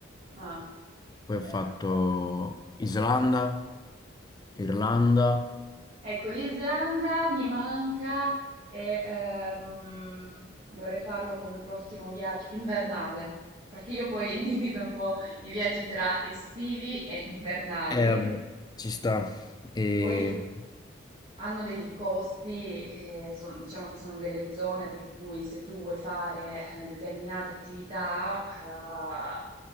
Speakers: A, on the right; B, on the left.
A: Ah,
B: poi
A: bello.
B: ho fatto Islanda, Irlanda.
A: Ecco, l'Islanda mi manca e ehm, vorrei farlo come prossimo viaggio invernale, perché io poi <laughs> individuo un po' i viaggi tra estivi e invernali.
B: Eh, vabbè, ci sta. E,
A: Poi hanno dei costi, eh, son- diciamo che sono delle zone per cui se tu vuoi fare eh, determinate attività, eh,